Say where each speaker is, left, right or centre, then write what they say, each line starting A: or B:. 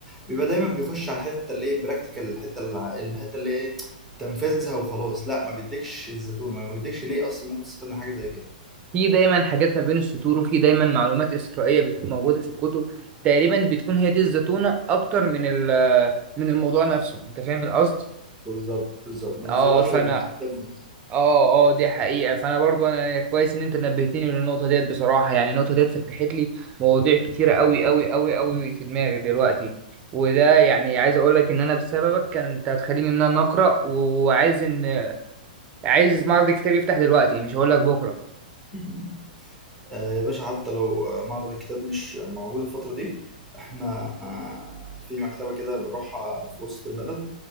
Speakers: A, in the centre; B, on the right.
A: بيبقى دايما بيخش على الحته اللي ايه براكتيكال الحته الع- الحته اللي ايه تنفذها وخلاص لا ما بيديكش الزيتون ما بيديكش ليه اصلا ممكن تستفاد من حاجه زي كده
B: في دايما حاجات ما بين السطور وفي دايما معلومات إسرائيلية بتكون موجودة في الكتب تقريبا بتكون هي دي الزتونة اكتر من ال- من الموضوع نفسه انت فاهم القصد
A: بالظبط بالظبط ما توصلهاش
B: اه فانا
A: غير من الكتاب نفسه
B: اه اه دي حقيقة فانا برضو انا كويس ان انت نبهتني للنقطة ديت بصراحة يعني النقطة ديت فتحت لي مواضيع كتيرة قوي قوي قوي قوي في دماغي دلوقتي وده يعني عايز اقول لك ان انا بسببك كان انت هتخليني ان انا اقرا وعايز ان عايز معرض الكتاب يفتح دلوقتي مش هقول لك بكرة
A: <laughs> آه يا باشا حتى لو آه، معرض الكتاب مش موجود الفتره دي احنا آه في مكتبه كده بنروحها في وسط البلد